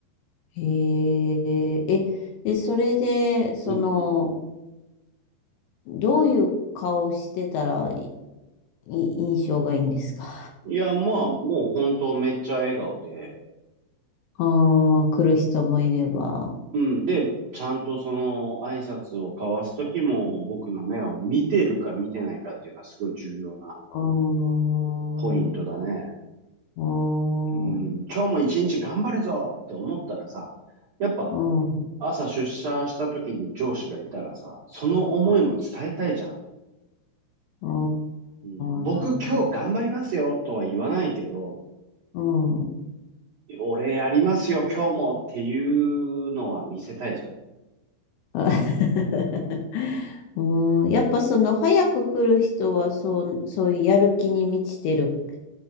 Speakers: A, on the left; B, on the right.
A: へえ、え、で、それで、その、
B: うんうん。
A: どういう顔してたらいい印象がいいんですか
B: いや、まあもう本当めっちゃ笑顔で、
A: あ <laughs> あー、来る人もいれば。
B: うん。で、ちゃんとその挨拶を交わすときも僕の目を見てるか見てないかっていうのはすごい重要な
A: うーん、
B: ポイントだね。
A: うー
B: うん。
A: ん、
B: 今日も一日頑張るぞって思ったらさ、やっぱ
A: うん、う
B: 朝出社したときに上司がいたらさ、その思いも伝えたいじゃん。
A: ー
B: うん。僕今日頑張りますよとは言わないけど、
A: んなるほど。
B: 俺やりますよ今日もっていうのは見せたいじゃん。
A: うん。<laughs> うん、やっぱその早く来る人はそう、そういうやる気に満ちてる